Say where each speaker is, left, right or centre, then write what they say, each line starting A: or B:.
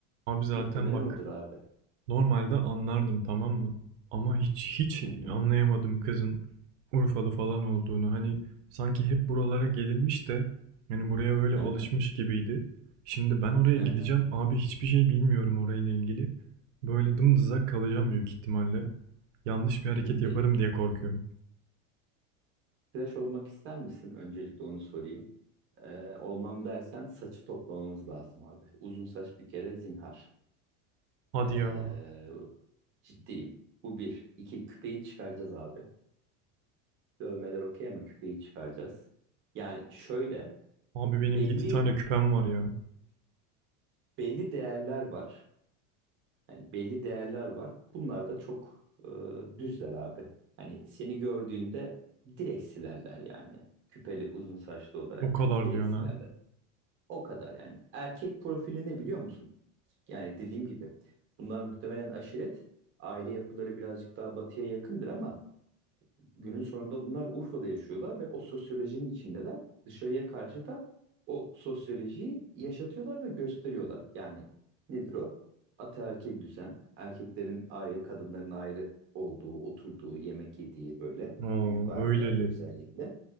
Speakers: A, on the right; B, on the right.
A: Abi zaten
B: Muhtemelen
A: bak
B: odur abi.
A: Normalde anlardım tamam mı? Ama hiç hiç
B: Hı hı.
A: anlayamadım kızın Urfalı falan olduğunu. Hani sanki hep buralara gelirmiş de yani buraya öyle
B: Hı
A: alışmış
B: hı.
A: gibiydi. Şimdi ben oraya
B: Hı
A: gideceğim
B: hı.
A: abi hiçbir şey bilmiyorum orayla ilgili. Böyle dımdızak kalacağım büyük ihtimalle. Yanlış bir hareket
B: Şimdi
A: yaparım diye korkuyorum.
B: Tıraş olmak ister misin? Öncelikle onu sorayım. Ee, olmam dersen saçı toplamamız lazım abi. Uzun saç bir kere zinhar.
A: Hadi
B: Ee,
A: ya.
B: ciddiyim. Bu bir. İki, küpeyi çıkaracağız abi. Dövmeler okey ama küpeyi çıkaracağız. Yani şöyle
A: Abi
B: belli
A: benim 7 tane küpem var ya.
B: belli değerler var. Yani belli değerler var. Bunlar da çok e, düzler abi. Hani seni gördüğünde direkt silerler yani. Küpeli uzun saçlı olarak
A: O kadar
B: hani direkt
A: diyorsun
B: silerler.
A: ha.
B: O kadar yani. Erkek profili ne biliyor musun? Yani dediğim gibi bunlar muhtemelen aşiret. Aile yapıları birazcık daha batıya yakındır ama günün sonunda bunlar Urfa'da yaşıyorlar ve o sosyolojinin içindeler. Dışarıya karşı da o sosyolojiyi yaşatıyorlar ve gösteriyorlar. Yani nedir o? Ataerkil düzen, erkeklerin ayrı, kadınların ayrı olduğu, oturduğu, yemek yediği böyle
A: Oo
B: büyük ailelerde
A: öyleli.
B: özellikle.